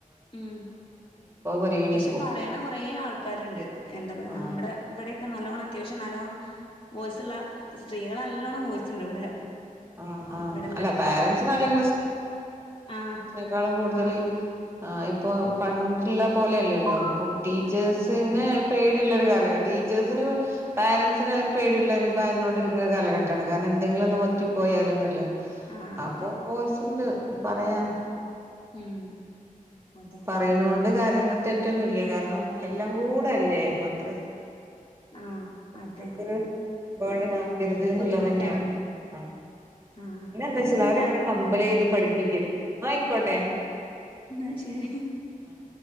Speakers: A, on the left (about 40°); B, on the right (about 15°).
A: ഉം
B: പരിഗണിക്കും
A: പക്ഷെ പറയണ കൊറെ ആൾക്കാര്ണ്ട് എന്താ പറയാ
B: ആഹ്
A: നമ്മടെ ഇവിടെയൊക്കെ നല്ലോണം അത്യാവശ്യം നല്ലോണ്ണം വോയ്സ്ള്ള സ്ത്രീകളെ നല്ലോണം വിടെ
B: ആഹ് ആഹ്
A: വിടലോള്കൊകെ
B: അല്ല പാരൻറ്സിനാണെങ്കിൽ
A: അപ്പൊ ആഹ്
B: ക്കാളും കൂടുതൽ
A: ആഹ്
B: ആഹ് ഇപ്പൊ പണ്ടുള്ള പോലെല്ലല്ലോ അപ്പൊ ടീച്ചേഴ്സിനെ
A: അതെ
B: പേടിയുള്ളൊരു കാല ടീച്ചേഴ്സിനെ പാരൻസിന് ഒരു പേടിയുള്ള ഒരു ഭയന്നൊണ്ടരിക്കുന്ന ഒരു കാലഘട്ടമാണ് കാരണം എന്തെങ്കിലും-
A: ആഹ്
B: തെറ്റി പോയാലൊന്നുള്ളെ
A: ആഹ് അതെ
B: അപ്പൊ വോയിസ്‌സുണ്ട് പറയാം
A: ഉം അതെ
B: പറയുന്നോണ്ട് കാര്യങ്ങൾ തെറ്റി- മറ്റൊന്നുവല്ല കാരണം എല്ലാം കൂടെ അല്ലേ മാത്ര-
A: ആഹ് അതെ
B: ട്ടപേർ <unintelligible> ഡന ആക്കരുത് എന്നുള്ളത്തന്നെയാണ്
A: ബുദ്ധിമുട്ടാവും
B: ആ
A: ആഹ്
B: പിന്നെ എന്താ
A: പിന്നെന്താ
B: വെച്ചാല് അവരെങ്ങനെ കമ്പല് ചെയ്ത് പഠിപ്പിക്കരുത് ആയിക്കോട്ടെ
A: എന്നാ ശരി
B: ആഹ്